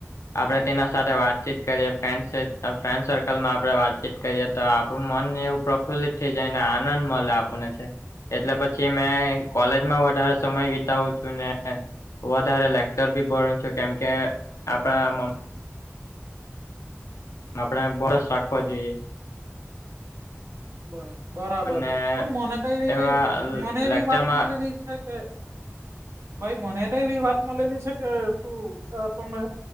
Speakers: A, on the left; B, on the right.
A: આપડે તેના સાથે વાતચીત કરીએ ફન્ડશીપ ફ્રેન્ડ સર્કલમાં આપડે વાતચીત કરીએ તો આપણું મન ને એવું પ્રફુલ્લિત થઇ જાય ને આનંદ મળે આપને છે એટલે પછી અમે કોલેજમાં વધારે સમય વિતાવું છું વધારે લેકચર બી ભણુ છુ કેમકે આપડા મ આપડે બસ રાખવા જોઈએ
B: બ બરાબર
A: અને
B: તો મને તો એવી
A: એવા
B: કઈ મને એવી
A: લેક્ચરમાં
B: વાત મળી રહી છે કે ભાઈ મને તો એવી વાત મલેલી છે કે તું તમે